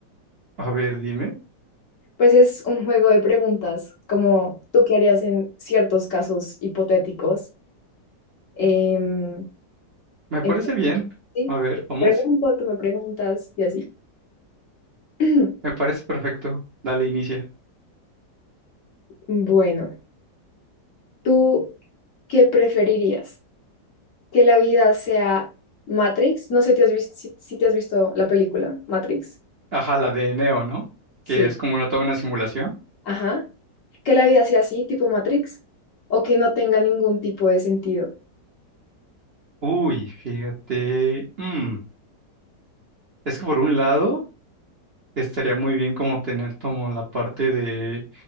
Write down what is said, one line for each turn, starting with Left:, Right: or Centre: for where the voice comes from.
Right: A ver, dime.
Left: Pues es un juego de preguntas, como tú qué harías en ciertos casos hipotéticos. Em,
Right: Me
Left: entonces,
Right: parece bien.
Left: sí,
Right: A ver,
Left: te
Right: vamos.
Left: pregunto, tú me preguntas y así. <clears throat>
Right: Me parece perfecto. Dale, inicia.
Left: Bueno. ¿Tú qué preferirías? ¿Que la vida sea Matrix? No sé te has vis- si, si te has visto la película Matrix.
Right: Ajá, la de Neo, ¿no?
Left: Sí,
Right: Que es como una, toda una simulación.
Left: ajá. ¿Que la vida sea así, tipo Matrix? ¿O que no tenga ningún tipo de sentido?
Right: Uy, fíjate. mm, Es que por un lado... estaría muy bien como tener como la parte de